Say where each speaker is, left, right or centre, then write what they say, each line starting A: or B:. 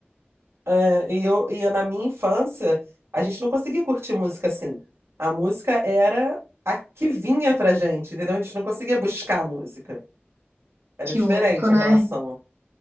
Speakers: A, on the right; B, on the right.
A: é, e eu, e eu, na minha infância, a gente não conseguia curtir música assim. A música era a que vinha pra gente, entendeu? A gente não conseguia buscar música. Era
B: Que
A: diferente
B: louco, né?
A: a relação